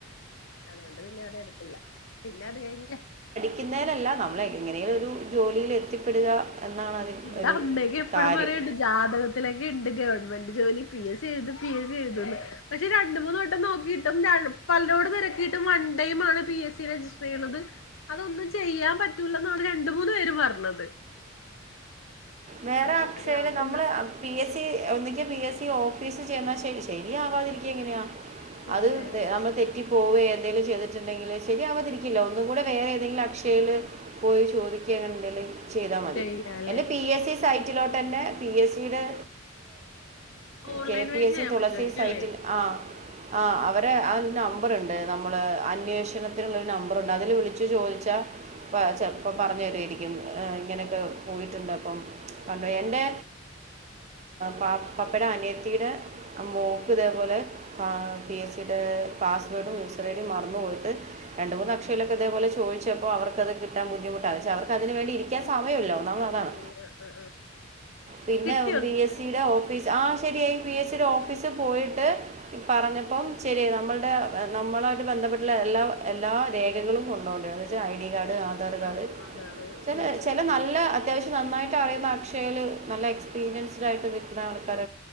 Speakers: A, on the left; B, on the right.
A: അതുകൊണ്ട് പിന്നെ അത് എടുത്തില്ല പിന്നെ അത് കഴിഞ്ഞില്ല
B: ക്ക്ന്നേനല്ല നമ്മളെ ഏത എങ്ങനെലൊരു ജോലിയില് എത്തിപ്പെടുക എന്നാണ് അതിൽ
A: ഇവിടെ
B: ഒരു
A: അമ്മയൊക്കെ എപ്പഴും
B: കാര്യം
A: പറയേണ്ട് ജാതകത്തിലൊക്കെണ്ട് ഗവൺമെ ന്റ് ജോലി പി എസ്‌ സി എഴ്തും പി എസ് സി എഴുതൂന്ന് പക്ഷെ രണ്ട് മൂന്ന് വട്ടം നോക്കിട്ടും ഞാന് പലരോട് തെരക്കിട്ടും വൺ ടൈം ആണ് പി എസ്സി രജിസ്റ്റർ ചെയ്യണത് അതൊന്നും ചെയ്യാൻ പറ്റൂല്ലന്നാണ് രണ്ട് മൂന്ന് പേര് പറഞ്ഞത്
B: വേറെ
A: അതുകൊണ്ട്
B: അക്ഷയയില്
A: ഞാൻ പിന്നെ
B: നമ്മൾ പിഎസ് സി ഒന്നെങ്കിൽ പി എസ് സി ഈ ഓഫീസിൽ ചെന്നാൽ ശ ശരി എങ്ങ
A: ഇല്ലല്ലേ
B: അത് നമ്മൾ തെറ്റി പോവ എന്തേങ്കലും ചെയ്തിട്ടുണ്ടെങ്കിൽ ശരിയാവതിരിക്കില്ലോ ഒന്നും കൂടെ വേറെ ഏതെങ്കിലും അക്ഷയയിൽ പോയി ചോദിക്കുക അങ്ങനെ ഉണ്ടേങ്കിൽ ചെയ്താൽ മതി
A: ചെയ്യാല്ലേ
B: എന്റെ പി എസ് സൈറ്റിലോട്ട് തന്നെ പി എസ് സിടെ
A: ഓൺലൈൻ
B: കെ പി
A: വഴി
B: എസ്
A: ചെയ്യാൻ
B: സി തുളസി
A: പറ്റുമായിരിക്കും
B: സൈറ്റിൽ
A: അല്ലേ
B: ആ ആ അവര് അതിന്റെ നമ്പറുണ്ട് നമ്മള് അന്വേഷണത്തിനുള്ള ഒരു നമ്പറുണ്ട് അതില് വിളിച്ചു ചോദിച്ചാ അ ചെപ്പോ പറഞ്ഞു തരരിക്കും ഉം ഇങ്ങനെയൊക്കെ പോയിട്ടുണ്ട് അപ്പം പണ്ട് എൻ്റെ പാ പാപ്പയുടെ അനിയത്തിയുടെ മോൾക്ക് ഇതേപോലെ പി എസ് സിടെ പാസ്വേർഡും യൂസറഐഡിയും മറന്നു പോയിട്ട് രണ്ട് മൂന്ന് അക്ഷയിലൊക്കെ ഇതേപോലെ ചോദിച്ചപ്പോൾ അവർക്കത് കിട്ടാൻ ബുദ്ധിമുട്ടാണ് പക്ഷേ അവർക്ക് അതിന് വേണ്ടിയിരിക്കാൻ സമയമില്ല ഒന്നാമത്
A: സമയമില്ല
B: അതാണ്
A: ആ ആ
B: പിന്നെ
A: കിട്ടിയോ എന്നിട്ടത്
B: ബി എസ്സി ടെ ഓഫീസ് ആഹ ശരിയായി പി എസ് സിടെ ഓഫീസിൽ പോയിട്ട് പറഞ്ഞപ്പം ശരി നമ്മളുടെ നമ്മളായിട്ട് ബന്ധപ്പെട്ടുള്ള എല്ലാ എല്ലാ രേഖകളും കൊണ്ടപോവണ്ടി വന്നു ഐഡിയ ആധാർ
A: ആ
B: കാർഡ്
A: ആധാറ്
B: ചില
A: പ്രൂഫ്
B: ചില
A: എല്ലാം അല്ലേ
B: നല്ല അത്യാവശ്യം നന്നായിട്ട് എനിക്കറിയുന്ന അക്ഷയയിൽ നല്ല എക്സ്പീരിയൻസ്ഡ് ആയിട്ട് നിൽക്കുന്ന ആൾക്കാര